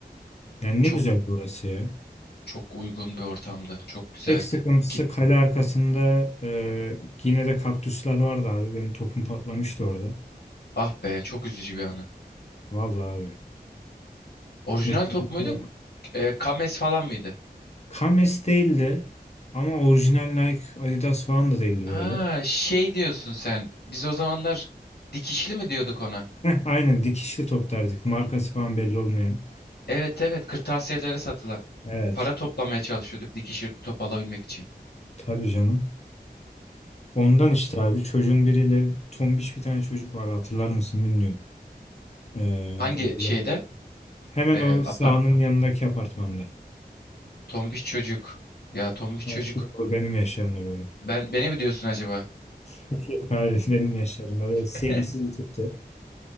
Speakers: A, on the left; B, on the left.
A: Yani ne
B: Çok
A: güzel orası ya.
B: çok uygun bir ortamda. Çok güzeldi.
A: Tek sıkıntısı
B: İki,
A: kale arkasında e, yine de kaktüsler vardı abi. Benim topum patlamıştı orada.
B: ah be çok üzücü bir anı.
A: Vallahi abi.
B: Orijinal
A: Ve çocuklar-
B: top muydu? E, Kames falan mıydı?
A: Kames değildi ama orijinal Nike Adidas falan da değildi
B: Ha
A: böyle.
B: şey diyorsun sen. Biz o zamanlar dikişli mi diyorduk ona?
A: Heh, aynen dikişli top derdik. Markası falan belli olmayan.
B: Evet evet kırtasiyelere satılan.
A: Evet.
B: Para toplamaya çalışıyorduk dikişli top alabilmek için.
A: Tabii canım. Ondan işte abi çocuğun biriyle tombiş bir tane çocuk vardı hatırlar mısın bilmiyorum. Ee,
B: Hangi
A: böyle
B: şeyden?
A: hemen
B: Ee,
A: o sahanın
B: apart
A: yanındaki apartmanda.
B: tombiş çocuk. Ya tombiş
A: Belki
B: çocuk.
A: o benim yaşlarımda böyle.
B: Ben beni mi diyorsun acaba?
A: <laughs> Yok abi benim yaşlarımda böyle sevimsiz
B: <laughs>
A: bir tipti.